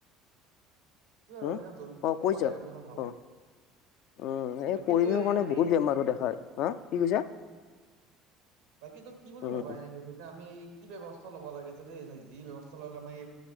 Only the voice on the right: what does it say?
সেইটোৱে আৰু
এনেকা জল্দি
ঠিক
হ'ব লাগে বুলি মই ভাবো
বাকী
তই
আমি
বাকীটো কি বুলি
ভাবা এনেকা আমি কি ব্যৱস্থা ল'ব লাগে যে দেই যি ব্যৱস্থা ললে আমাৰ